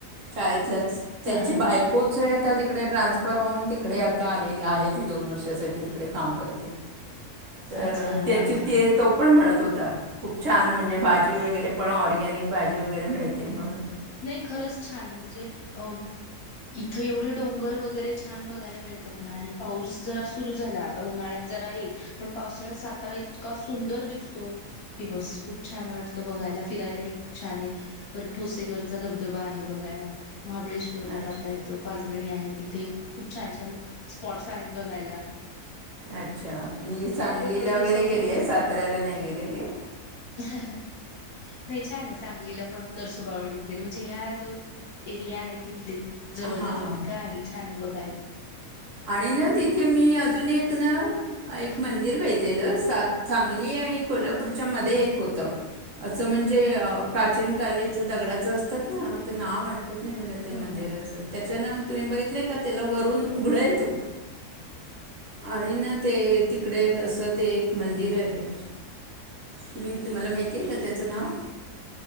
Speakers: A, on the right; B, on the left.
A: शाळेतंलंच त्यांची
B: हा हा
A: बाईको कोचही आंता तिकडे ट्रान्सफर होऊंन तिकडे आंता आलेली आहे ती दोन वर्षासाठी तिकडे कामं करते.
B: <inaudible> <unintelligible>
A: तरं त्यांची
B: हा हा
A: ते
B: हा
A: तो पणं म्हणतं होतां खूंप छांन म्हणजे भाजी वगैरें पणं ऑर्गॅनिक भाजी वगैरें मिळते म्हणूंन
B: नाहीं खरंच छांन आहे म्हणजे अं इथं एवढे डोंगर वगैरें छांन बघांयला मिळतांत नां आणि पाऊस जरां सुरूं झालां. आंता उन्हाळ्यांत जरां आहे पणं पावसाळ्यांत सातारा इतकां सुंदर दिसतो. की बसं खूंप छांन वाटतं बघांयला फिरांयलाही छांन आहे परं ठोसे करं चां धबंधबां आहे बघांयला महाबळेश्वरला
A: अ-
B: जातां येतं. पांचगणी आहे तिथे खूंप छांन छान स्पॉट्स आहेतं बघांयला.
A: अच्छा मी सांगलीला
B: तर थोड्या दिवसांसाठी
A: वगैरें गेली आहे साताऱ्यांला नाहीं गेलेले.
B: नाहीं छांन आहे सांगलीला पणं नरसोबावडी वगैरें म्हणजे ह्यां जो एरिया आहे तिथले जवळं
A: हां हां
B: जवळं तिथं आहे. छांन आहे बघांयला.
A: आणि नां तिथे मी अजूंन एक नां एक
B: हा
A: मंदिर ब लं सांगली आणि कोल्हापूंरच्या मध्यें एक होतं असं म्हणजे प्राचीन कालीच दगडाचं असतांत नां तरं नावं वाटतं खंत नाहीं म्हलां त्यां
B: हा
A: मंदिरांच
B: हा
A: त्यांच्यानं तुम्हीं बघितलंय कां त्यांला वरूंन उघडं येतो. आणि नां ते तिकडे असं ते एक मंदिर आहे. तुम्हीं तुम्हांला माहितीय आहे कां त्याचं नांव